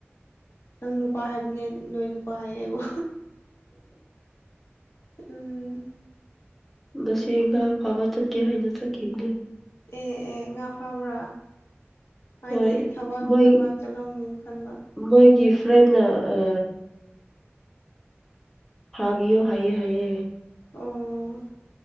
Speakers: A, on the left; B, in the centre.
A: ꯅꯪ ꯅꯨꯄꯥ ꯍꯥꯏꯕꯅꯦ ꯅꯣꯏ ꯅꯨꯄꯥ ꯍꯥꯏꯌꯦ ꯍꯥꯏꯕꯨꯣ ꯎꯝ
B: ꯉꯁꯤ ꯉꯥ ꯐꯥꯕ ꯆꯠꯀꯦ ꯍꯥꯏꯅ ꯆꯠꯈꯤꯕꯅꯦ
A: ꯑꯦ ꯑꯦ ꯉꯥ ꯐꯥꯕ꯭ꯔꯥ ꯍꯥꯏꯗꯤ
B: ꯍꯣꯏ
A: ꯊꯕꯛ
B: ꯃꯣꯏ
A: ꯊꯕꯛ ꯆꯠꯂꯝꯅꯤ ꯈꯟꯕ
B: ꯃꯣꯏꯒꯤ ꯐ꯭ꯔꯦꯟꯅ ꯑ ꯍꯥꯕꯤꯌꯣ ꯍꯥꯏꯌꯦ ꯍꯥꯏꯌꯦ
A: ꯑꯣ